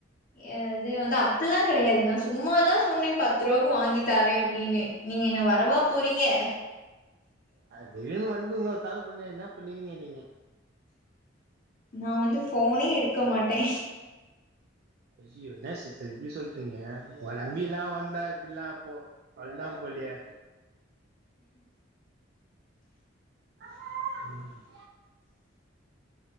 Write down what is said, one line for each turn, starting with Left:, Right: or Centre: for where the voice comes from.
Left: எ அது வந்து அப்புல்லா கடையாது நா சும்மாதா சொன்னே பத்து ரூபாக்கு வாங்கி தாரே அப்டின்னு நீங்க என்ன வரவா போறீங்க
Right: அது திடீர்ன்னு வந்ட்டுங்க கால் பண்ணா என்ன பண்ணுவீங்க நீங்க
Left: நா வந்து ஃபோனே எடுக்க மாட்டே
Right: ஐயோ என்னா சிஸ்டர் இப்பிடி சொல்றீங்க உங்கள நம்பில்லா வந்தா இப்டிலா போ அவ்ளோதா போலையே ம்